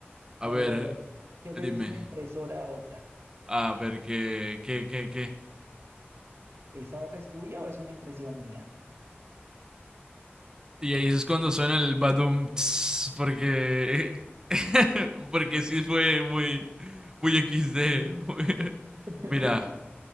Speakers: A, on the right (about 85°); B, on the right (about 15°).
A: A
B: A ver,
A: ver, a ver, ¿qué le
B: dime.
A: dice una impresora a otra?
B: A ver, ¿qué, qué, qué, qué?
A: ¿Esa hoja es tuya o es una impresión mía?
B: Y ahí es cuando suena el badum tss, porque <laughs> porque sí fue muy muy XD.
A: Mm,
B: muy- <laughs>
A: <laughs>
B: Mira,